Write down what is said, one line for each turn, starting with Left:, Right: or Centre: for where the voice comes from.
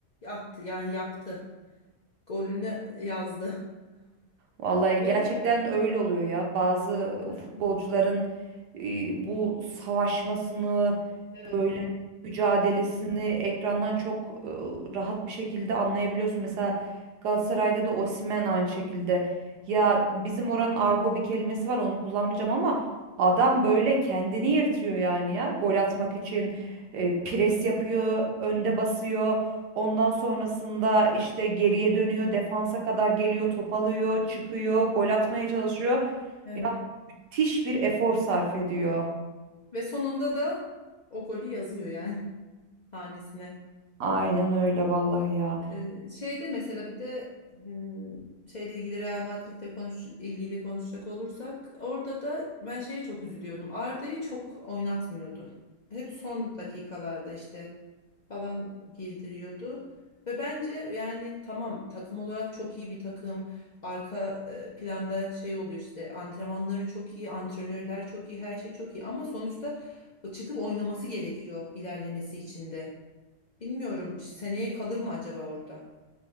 Left: attı yani yaptı golünü yazdı
Right: Vallahi
Left: <laughs> ve
Right: gerçekten öyle oluyor ya. Bazı
Left: e,
Right: futbolcuların e, bu savaşmasını,
Left: evet
Right: böyle
Left: evet
Right: mücadelesini ekrandan çok e, rahat bir şekilde anlayabiliyorsun. Mesela Galatasaray'da da Osimhen aynı şekilde. Ya bizim oranın argo bir kelimesi var, onu kullanmayacağım ama adam böyle kendini yırtıyor yani ya. Gol atmak için e, pres yapıyor, önde basıyor. Ondan sonrasında işte geriye dönüyor, defansa kadar geliyor, top alıyor, çıkıyor, gol atmaya çalışıyor.
Left: Evet.
Right: Ya müthiş bir efor sarf ediyor.
Left: Ve sonunda da o golü yazıyor yani <laughs> hanesine.
Right: Aynen öyle vallahi ya.
Left: Ee, şeyde mesela bir de m, şeyle ilgili Real Madrid'le konuş ilgili konuşacak olursak orada da ben şeye çok üzülüyordum. Arda'yı çok oynatmıyordu. Hep son dakikalarda işte falan girdiriyordu. Ve bence yani tamam takım olarak çok iyi bir takım. Arka e, planda şey oluyor işte antrenmanları çok iyi, antrenörler çok iyi, her şey çok iyi ama sonuçta çıkıp oynaması gerekiyor ilerlemesi için de. Bilmiyorum seneye kalır mı acaba orada?